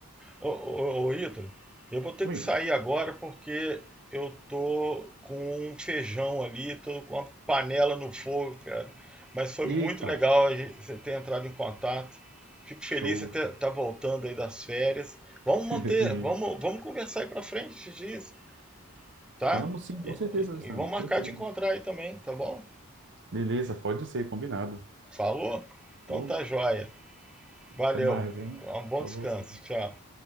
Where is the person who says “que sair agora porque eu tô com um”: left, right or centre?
Centre